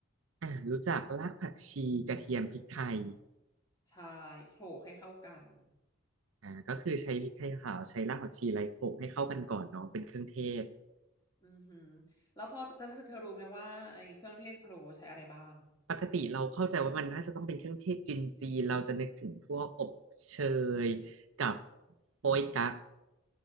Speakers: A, on the right; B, on the left.
A: อ่ะรู้จักรากผักชีกระเทียมพริกไทย
B: ใช่โขลกให้เข้ากัน
A: อ่าก็คือใช้พริกไทยขาวใช้รากผักชีไลโขกให้เข้ากันก่อนเนาะเป็นเครื่องเทศ
B: อือหือแล้วพอเธอเธอเธอรู้ไหมว่าไอ้เครื่องเทศพะโล้ใช้อะไรบ้าง
A: ปกติเราเข้าใจว่ามันน่าจะต้องเป็นเครื่องเทศจีนจีนเราจะนึกถึงพวกอบเชยกับโป๊ยกั๊ก